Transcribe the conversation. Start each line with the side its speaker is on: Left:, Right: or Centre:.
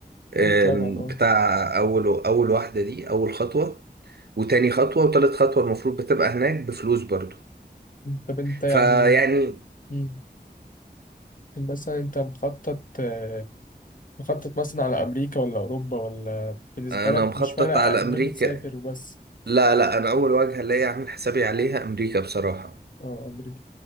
Right: آم،
Left: اكيد طبعا اه
Right: بتاع اول اول واحدة دي اول خطوة وتاني خطوة وتالت خطوة المفروض بتبقى هناك بفلوس برضو
Left: طب انت يعني
Right: فيعني
Left: مم. مثلا انت مخطط آه، مخطط مثلا على امريكا ولا اوروبا ولا بالنسبه
Right: انا
Left: لك
Right: مخطط
Left: مش فارق
Right: على
Left: المهم
Right: امريكا
Left: تسافر وبس
Right: لا لا انا اول وجهه ليا اعمل حسابي عليها امريكا بصراحه
Left: اه امريكا